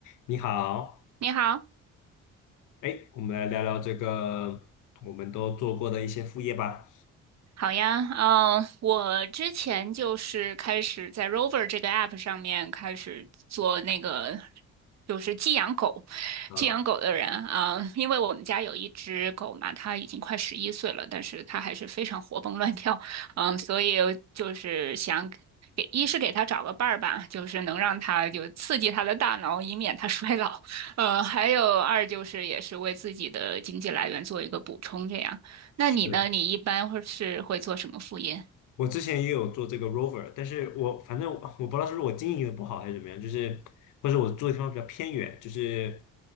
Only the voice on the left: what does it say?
你好，
哎，我们来聊聊这个我们都做过的一些副业吧。
啊，
是，
我之前也有做这个 rover，但是我反正我我不知道是不是我经营的不好还是怎么样，就是或者我住的地方比较偏远，就是